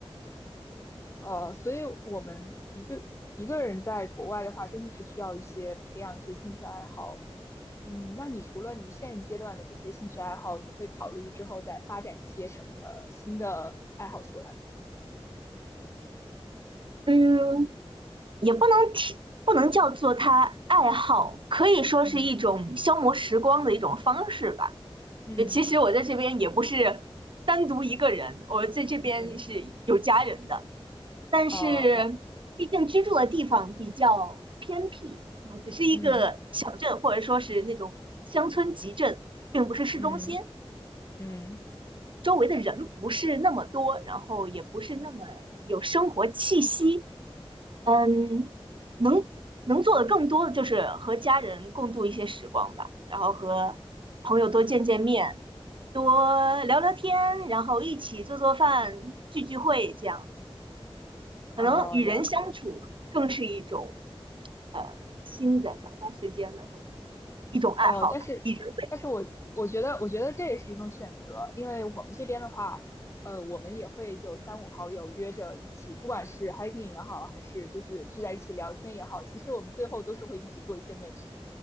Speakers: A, on the left; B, on the right.
A: 呃，所以我们一个一个人在国外的话，真的是需要一些培养一些兴趣爱好。嗯，那你除了你现阶段的这些兴趣爱好，你会考虑之后再发展一些什么的新的爱好出来吗？
B: 嗯，也不能提，不能叫做他爱好，可以说是一种消磨时光的一种方式吧。
A: 嗯嗯
B: 就其实我在这边也不是单独一个人，我在这边是有家人的，
A: 嗯，
B: 但是毕竟居住的地方比较偏僻，
A: 哦，了，
B: 然后只是一个小镇或者说是那种乡村集镇，
A: 嗯
B: 并不是市中心，
A: 嗯嗯，
B: 周围的人不是那么多，然后也不是那么有生活气息。嗯，能能做的更多的就是和家人共度一些时光吧，然后和朋友多见见面，多聊聊天，然后一起做做饭、聚聚会这样子。
A: 哦，
B: 可能与人相处更是一种
A: 了解。
B: 呃新的打发时间的，或者是一种爱好吧，
A: 哦，但是，
B: 一直会
A: 但是我我觉得，我觉得这也是一种选择，因为我们这边的话，呃，我们也会就三五好友约着一起，不管是 hiking 也好，还是就是聚在一起聊天也好，其实我们最后都是会一起做一些美食。